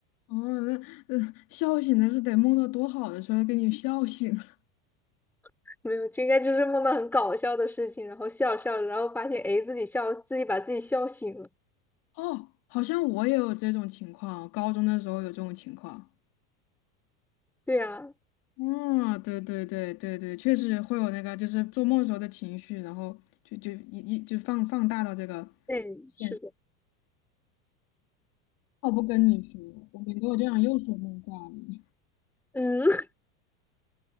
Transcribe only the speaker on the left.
哦，那呃，笑醒的是得梦到多好的时候给你笑醒了。
哦，好像我也有这种情况，我高中的时候有这种情况。
嗯，对对对对对，确实会有那个，就是做梦时候的情绪，然后就就一一就放放大到这个
现。
我不跟你说了，我免得我这样又说梦话了。<laughs>